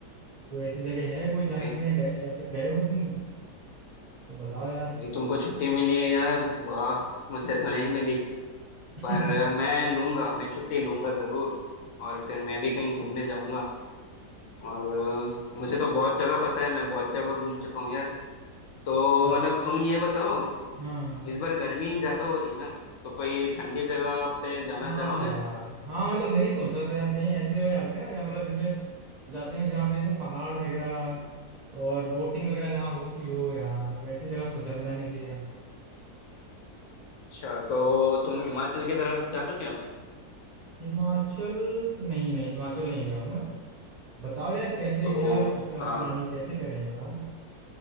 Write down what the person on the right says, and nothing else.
कोई ऐसी जगह है कोई
जानने में गए या फिर गए हो तुम तो बताओ यार
<laughs>
हाँ
बता-
हाँ हाँ।
हाँ
यार हाँ मतलब वही सोचा था यार कहीं ऐसी जगह जाते हैं ना जहाँ मतलब जैसे जाते हैं जहाँ पे जैसे पहाड़ वगैरह और बोटिंग वगैरह जहाँ होती हो यार वैसी जगह सोचा था जाने के लिए यार
हिमाचल नहीं नहीं हिमाचल नहीं गया हूँ मैं बताओ यार कैसे
क्या उसका
प्लानिंग कैसे करें बताओ